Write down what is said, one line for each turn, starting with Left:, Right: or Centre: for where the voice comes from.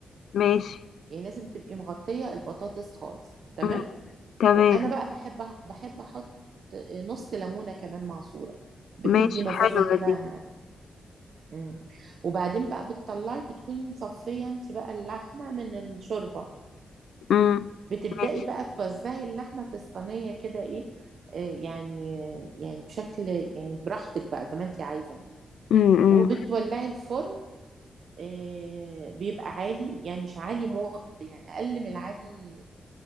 Left: ماشي
Right: يعني لازم تبقي مغطية البطاطس خالص تمام
Left: مم، تمام
Right: وأنا بقى بحب بحب أحط نص ليمونة كمان معصورة بتدي
Left: ماشي
Right: مزازة
Left: حلوة
Right: كده
Left: دي
Right: مم. وبعدين بقى بتطلعي بتكوني مصفية انت بقى اللحمة من الشوربة
Left: امم
Right: بتبدأي
Left: ماشي
Right: بقى توزعي اللحمة في الصينية كده ايه آه يعني يعني بشكل يعني براحتك بقى زي ما انت عايزة يعني
Left: امم
Right: وبتولعي الفرن آه بيبقى عالي يعني مش عالي موت يعني أقل من العالي